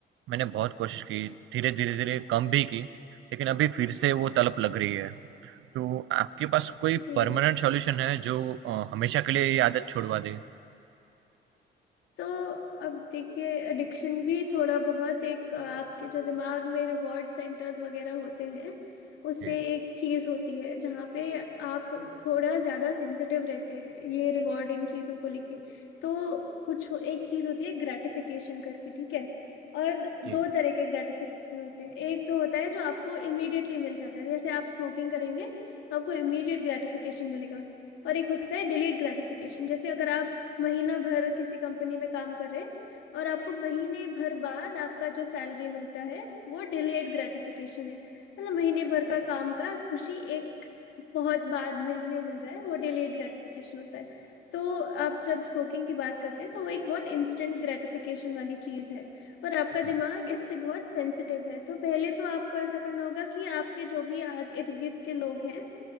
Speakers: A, on the right (about 85°); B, on the left (about 90°).
A: मैंने बहुत कोशिश की धीरे धीरे धीरे कम भी की लेकिन अभी फिर से वो तलब लग रही है तो आपके पास कोई
B: जी
A: परमानेंट सॉल्यूशन है जो अ, हमेशा के लिए ये आदत छुड़वा दे
B: तो अब देखिए एडिक्शन भी थोड़ा बहुत एक अ, आपके जो दिमाग में रिवॉर्ड सेंटर्स वगैरह होते हैं उससे
A: जी
B: एक चीज़ होती है जहाँ पे आप थोड़ा ज़्यादा सेंसिटिव रहते हैं ये रिवॉर्डिंग चीज़ों को लेके तो कुछ हो- एक चीज़ होती है ग्रेटिफिकेशन करके ठीक है और
A: जी
B: दो तरह के ग्रेटिफिकेशन होते हैं एक तो होता है जो आपको इमीडिएटली मिल जाता है जैसे आप स्मोकिंग करेंगे तो आपको इमीडिएट ग्रेटिफिकेशन मिलेगा और एक होता है डिलेड ग्रेटिफिकेशन जैसे अगर आप महीना भर किसी कंपनी में काम कर रहे हैं और आपको महीने भर बाद आपका जो सैलरी मिलता है वो डिलेड ग्रेटिफिकेशन है मतलब महीने भर का काम का खुशी एक बहुत बाद मिल में मिल रहा है वो डिलेड ग्रेटिफिकेशन होता है तो आप जब स्मोकिंग की बात करते हैं तो वो एक बहुत इंस्टेंट ग्रेटिफिकेशन वाली चीज है और आपका
A: जी
B: दिमाग इससे बहुत सेंसिटिव है तो पहले तो आपको ऐसा करना होगा कि आपके जो भी आज इर्द गिर्द के लोग हैं